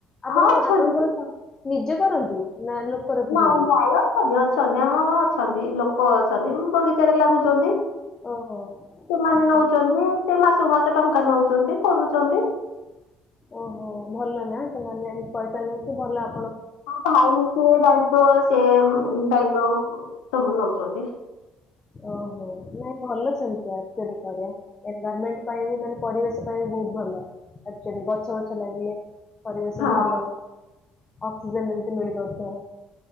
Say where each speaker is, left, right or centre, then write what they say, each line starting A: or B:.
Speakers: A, on the left; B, on the left.
A: ଆପଣଙ୍କ
B: ହଁ ଅଛନ୍ତି
A: ଆପଣଙ୍କର ନିଜେ କରନ୍ତି। ନା ଲୋକ ରଖିଛନ୍ତି?
B: ନାଇଁ ନାଇଁ ଅଛନ୍ତି ଅଛନ୍ତି। ଆମର ଅ ଅଛନ୍ତି ଲୋକ ଅଛନ୍ତି, ବଗିଚାରେରେ ଲାଗୁଚନ୍ତି।
A: ଓହୋ।
B: ସେମାନେ
A: ଆଚ୍ଛା।
B: ନଉଚନ୍ତି। ସେ ମାସକୁ ମାସ ଟଙ୍କା ନଉଚନ୍ତି, କରୁଚନ୍ତି।
A: ଓହୋ, ଭଲ ନା ସେମାନେ ଏମ ପଇସା ନେଉକି ଭଲ ଆ
B: ଭାଇ ସେ ଦାୟିତ୍ବ ସେ ଉଁ ଦାୟିତ୍ୱ ତମେ ନଉଚନ୍ତି।
A: ଓହୋ, ନାଇଁ ଭଲ ସେମିତିଆ ଏକଚୁଆଳିକା ରେ ଏନଭରମେଣ୍ଟ ପାଇଁ ବି ମାନେ ପରିବେଶ ପାଇଁ ବି ବହୁତ ଭଲ ଏକଚୁଆଲି ଗଛ ବଛ ଲାଗିଲେ ପରିବେଶକୁୁ
B: ହଁ।
A: ଭଲ ହୁଏ। ଅକ୍ସିଜେନ ମିଳେ। ଶିମିଳି ଗଛରେ